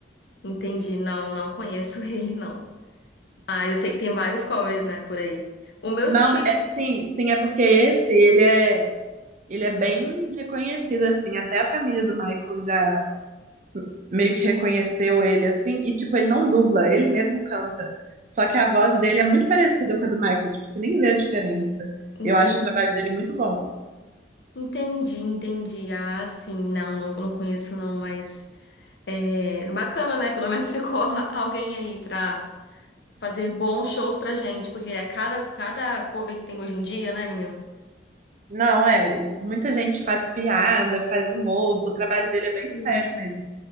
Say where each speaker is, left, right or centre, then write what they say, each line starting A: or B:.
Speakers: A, on the left; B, on the right.
A: entendi. Não, não conheço <laughs> ele, não. Mas eu sei que tem vários covers, né, por aí. O meu
B: Não,
A: tio,
B: é, sim, sim, é porque esse, ele é, ele é bem reconhecido, assim, até a família do Michael já meio que reconheceu ele, assim, e, tipo, ele não dubla, ele mesmo canta, só que a voz dele é muito parecida com a do Michael, tipo, você nem vê a diferença,
A: entendi,
B: eu acho o trabalho dele muito bom.
A: entendi, entendi. Ah, sim, não, não, não conheço, não, mas é bacana, né? Pelo menos ficou <laughs> alguém aí pra. fazer bons shows pra gente, porque é cada, cada cover que tem hoje em dia, né, menina?
B: Não, é, muita gente faz piada, faz humor, o trabalho dele é bem sério
A: Sim.
B: mesmo.